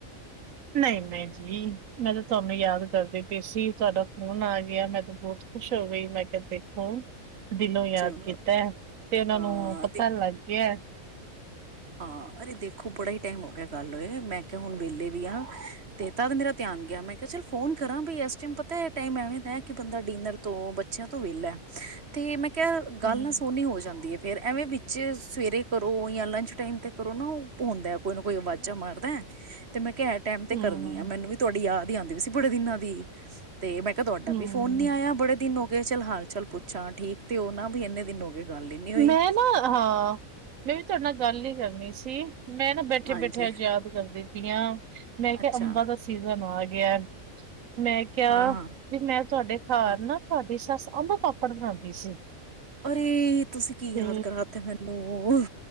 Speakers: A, on the right (about 75°); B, on the right (about 50°).
A: ਨਹੀਂ ਮੈਂ ਜੀ ਮੈਂ ਤੇ ਤੁਹਾਨੂੰ ਯਾਦ ਕਰਦੀ ਪੇ ਸੀ ਤੁਹਾਡਾ ਫੋਨ ਆ ਗਿਆ ਮੈਂ ਤੇ ਬਹੁਤ ਖੁਸ਼ ਹੋ ਗਈ ਮੈਂ ਕਿਹਾ ਦੇਖੋ। ਦਿਲੋਂ ਯਾਦ
B: ਚਲੋ
A: ਕੀਤਾ ਤੇ ਉਹਨਾਂ
B: ਹਾਂ
A: ਨੂੰ ਪਤਾ
B: ਦੇਖ
A: ਲੱਗ ਗਿਆ।
B: ਹਾਂ ਅਰੇ ਦੇਖੋ ਬੜਾ ਹੀ ਟਾਈਮ ਹੋ ਗਿਆ ਗੱਲ ਹੋਏ ਮੈਂ ਕਿਹਾ ਹੁਣ ਵਹਲੇ ਵੀ ਆ ਤੇ ਤਦ ਮੇਰਾ ਧਿਆਨ ਗਿਆ ਮੈਂ ਕਿਹਾ ਚੱਲ ਫੋਨ ਕਰਾਂ ਬ ਇਸ ਟਾਈਮ ਪਤਾ ਟਮ ਐਵੇਂ ਦਾ ਕਿ ਬੰਦਾ ਡਿਨਰ ਤੋਂ ਬੱਚਿਆਂ ਤੋਂ ਵਹਲਾ ਤੇ ਮੈਂ ਕਿਆ ਗੱਲ
A: ਹਮ
B: ਨਾ ਸੋਹਣੀ ਹੋ ਜਾਂਦੀ ਹੈ ਫੇਰ ਐਵੇਂ ਵਿੱਚ ਸਵੇਰੇ ਕਰੋ ਜਾਂ ਲੰਚ ਟਾਈਮ ਤੇ ਕਰੋ ਨਾ ਉਹ ਹੁੰਦਾ ਕੋਈ ਨਾ ਕੋਈ ਆਵਾਜ਼ਾਂ ਮਾਰਦਾ ਤੇ ਮੈਂ ਕਹਿ ਟਾਈਮ ਤੇ
A: ਹਮ
B: ਕਰਨੀ ਆ ਮੈਨੂੰ ਵੀ ਤੁਹਾਡੀ ਯਾਦ ਹੀ ਆਦੀ ਵੀ ਸੀ ਬੜੇ ਦਿਨਾਂ ਦੀ <unintelligible> ਤੇ ਮੈਂ ਕਿਹਾ ਤੁਹਾਡਾ
A: ਹਮ
B: ਵੀ ਫੋਨ ਨੀ ਆਇਆ ਬੜੇ ਦਿਨ ਹੋ ਗਏ ਚੱਲ ਹਾਲ ਚਾਲ ਪੁੱਛਾਂ ਠੀਕ ਤੇ ਉਹ ਨਾ ਵੀ ਇੰਨੇ ਦਿਨ ਹੋ ਗਏ। ਗੱਲ ਹੀ ਨੀ ਹੋਈ
A: ਮੈਂ ਨਾ ਹਾਂ ਮੈਂ ਵੀ ਤਾੜੇ ਨਾਲ ਗੱਲ ਹੀ ਕਰਨੀ ਸੀ। ਜੀ। ਮੈਂ ਨਾ ਬੈਠੇ
B: ਹਾਂਜੀ
A: ਬੈਠੇ ਆ ਯਾਦ ਕਰਦੀ ਪਈ ਹਾਂ, ਮੈਂ ਕਿਹਾ
B: ਅੱਛਾ
A: ਅੰਬਾਂ ਦਾ ਸੀਜ਼ਨ ਆ ਗਿਆ। <inaudible> ਮੈਂ ਕਿਹਾ
B: ਹਾਂ ਹਾਂ
A: ਵੀ ਮੈਂ ਤੁਹਾਡੇ ਘਰ
B: ਹਾਂ
A: ਨਾ ਤੁਹਾਡੀ ਸੱਸ ਅੰਬ ਪਾਪੜ ਬਣਾਉਂਦੀ ਸੀ।
B: ਏ ਤੁਸੀਂ ਕੀ ਯਾਦ
A: ਤੇ
B: ਕਰਾ ਤਾ ਮੈਨੂੰ